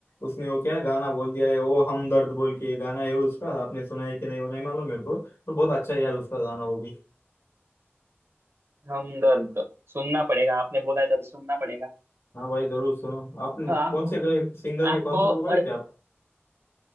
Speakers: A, on the left; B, on the right.
A: उसने वो क्या गाना बोल दिया है वो हमदर्द बोल के गाना है उसका आपने सुना है कि नहीं वो नहीं मालूम मेरे को तो बहुत अच्छा है यार उसका गाना वो भी
B: हमदर्द सुनना पड़ेगा आपने बोला है तो अभी सुनना पड़ेगा
A: हाँ भाई जरूर सुनो आपने
B: हाँ, आपको
A: कौन से गए सिंगर
B: आपको
A: के कॉन्सर्ट को
B: और
A: गए क्या आप